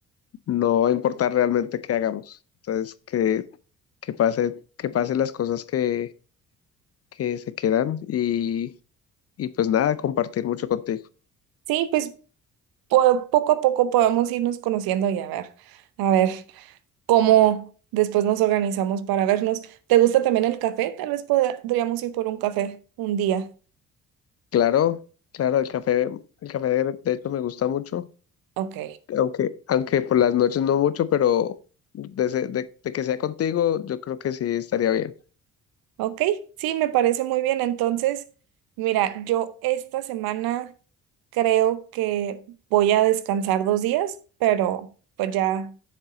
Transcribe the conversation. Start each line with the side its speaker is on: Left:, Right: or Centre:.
Left: no va a importar realmente qué hagamos. Entonces que, que pase, que pasen las cosas que, que se quedan y, y pues nada, compartir mucho contigo.
Right: Sí, pues po- poco a poco podemos irnos conociendo y a ver, a ver cómo después nos organizamos para vernos. ¿Te gusta también el café? Tal vez podríamos ir por un café un día.
Left: Claro, claro, el café, el café de, de hecho me gusta mucho,
Right: Ok.
Left: aunque, aunque por las noches no mucho, pero de, ese- de- de que sea contigo, yo creo que sí estaría bien.
Right: Ok, sí, me parece muy bien. Entonces, mira, yo esta semana creo que voy a descansar dos días, pero pues ya